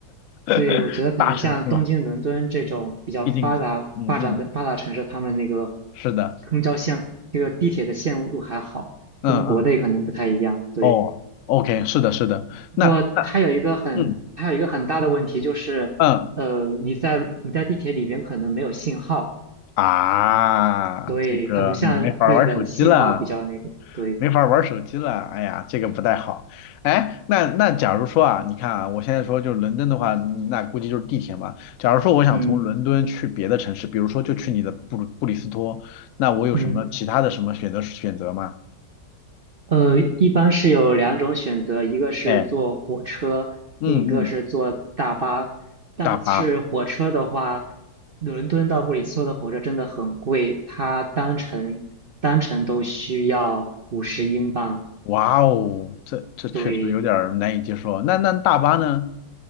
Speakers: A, on the left (about 80°); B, on the right (about 50°).
A: <laughs>
B: 对，我觉得可能像东京、
A: 大城市嘛，
B: 伦敦这种比较发达、
A: 毕竟，嗯嗯，
B: 发展的发达城市，他们那个
A: 是的，
B: 公交线、这个地铁的线路还好，
A: 嗯嗯，
B: 跟国内可能不太一样。对。
A: 哦，OK，是的，是的，
B: 不过它有一个很，
A: 那那。嗯。
B: 它有一个很大的问题就是，
A: 嗯
B: 呃，你在你在地铁里边可能没有信号，
A: 啊，
B: 所以它不像日本信号比较那个。
A: 这个我没法儿玩手机了，
B: 对，
A: 没法儿玩手机了。哎呀，这个不太好。哎，那那假如说啊，你看啊，我现在说就是伦敦的话，那估计就是地铁嘛。假如说我想从伦敦去别的城市，
B: 嗯
A: 比如说就去你的布鲁布里斯托，那我有什么其他的什么选择选择吗？
B: 嗯，呃，一般是有两种选择，一个是坐火车，
A: 哎，嗯嗯，
B: 另一个是坐大巴。但是火车的话，
A: 大巴，
B: 伦敦到布里斯托的火车真的很贵，它单程单程都需要五十英镑。
A: 哇哦，这这确实有点儿难以接受。
B: 对，
A: 那那大巴呢？